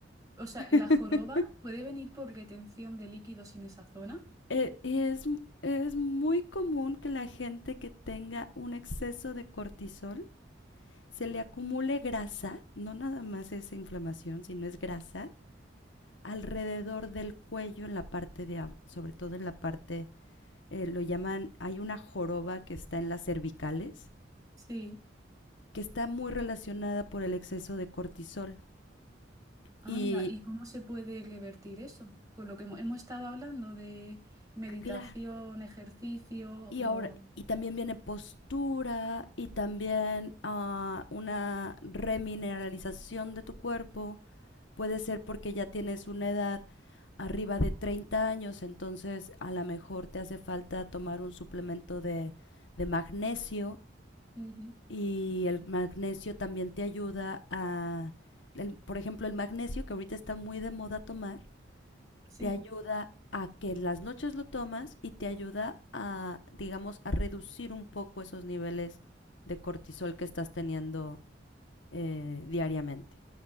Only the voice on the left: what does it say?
<laughs>
eh, es, es muy común que la gente que tenga un exceso de cortisol se le acumule grasa, no nada más es inflamación, sino es grasa, alrededor del cuello, en la parte de, sobre todo en la parte, eh, lo llaman, hay una joroba que está en las cervicales,
que está muy relacionada por el exceso de cortisol.
Y
claro,
Y
ahora, y también viene postura y también ah, una remineralización de tu cuerpo. Puede ser porque ya tienes una edad arriba de 30 años, entonces a lo mejor te hace falta tomar un suplemento de, de magnesio
y el magnesio también te ayuda a, el- por ejemplo, el magnesio que ahorita está muy de moda tomar
te ayuda a que las noches lo tomas y te ayuda a, digamos, a reducir un poco esos niveles de cortisol que estás teniendo eh, diariamente.